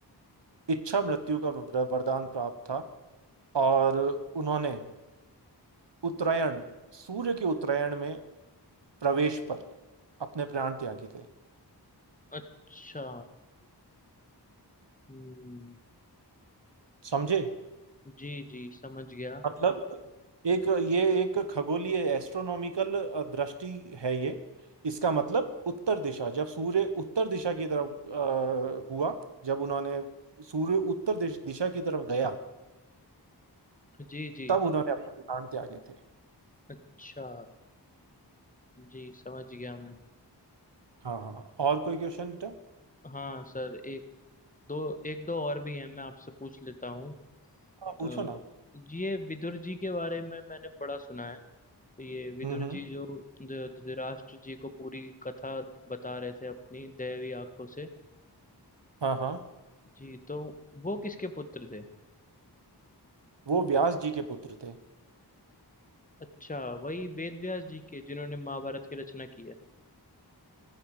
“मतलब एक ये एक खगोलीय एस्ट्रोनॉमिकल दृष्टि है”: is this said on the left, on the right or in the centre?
Right